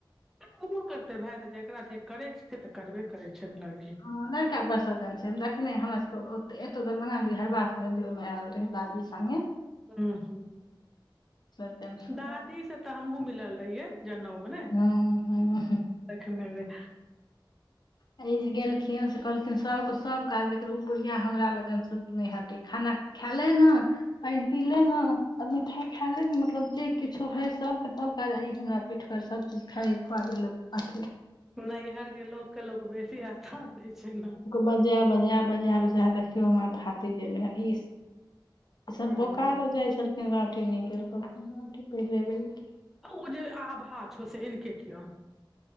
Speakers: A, in the centre; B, on the left (about 55°).
A: तऽ बो करतै भाय तऽ जकरा जे करै छ से तऽ करबे करै छै ने लड़क
B: ह लड़का पसंद आब छै से देखखने हमरा सभके ओ एतौ दरभंगा जे खरबास भेलै ओहिमे आयल रहै दादी सनगे
A: ह ह
B: सज्जन सुपा
A: दादी से तऽ हमहुँ मिलल रहिये जनउ मने
B: हँ हँ
A: देखनेै
B: एहि जे गेलखिन से कहलखिन सभके सभ काज देखिन ओ बुधिया हमरा लगन श नहि हेतै खाना खाले ना पइन पि ले ना आ मिठाइ खाय ले ने मतलब जे किछो हय सबके सब काज आइ हमरा पीठ पर सब चीज खाइ खुआबे ल अथी
A: न हिइहर के लोक के लोक बेसी स्थान दै छै ने
B: बजाय बजाय बजा बजाय देखियौ हमर भातिज एले हन ई ई सब
A: हँ
B: बोकारो जाय छलखिन रोटी निकल रहखिन रोटी पहिले बेर गेलिन
A: ओ जे आभा छ हो से इनके क्यो